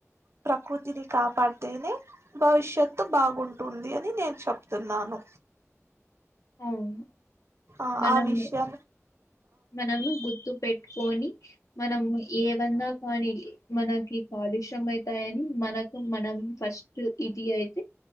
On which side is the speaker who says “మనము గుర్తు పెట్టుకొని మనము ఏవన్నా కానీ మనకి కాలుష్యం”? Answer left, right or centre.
Left